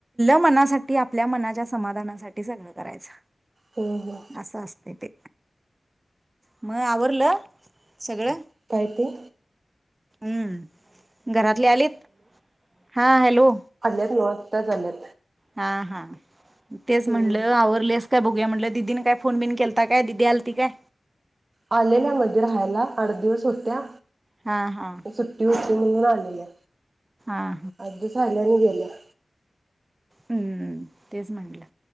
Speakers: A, on the right; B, on the right.
A: मनासाठी आपल्या मनाच्या समाधानासाठी सगळं करायच.
B: हम्म हम्म
A: असं असते ते म आवरलं सगळं?
B: काय ते?
A: उम्म. घरातले आलीत? हा हॅलो.
B: त नव आताच आल्यात.
A: हा हा तेच
B: हम्म
A: म्हणलं आवरलेस का बघु गुया म्हणलं दिदीन काय फोन बिन केलता काय, दिदी आलती काय?
B: आलेल्या मध्ये राहायला अड दिवस होत्या
A: हा हा हा
B: सुट्टी होत् म्हणुन आलेल्या.
A: हा
B: आव दिवस राहिलं आणि गे लं.
A: हम्म तेच म्हटलं.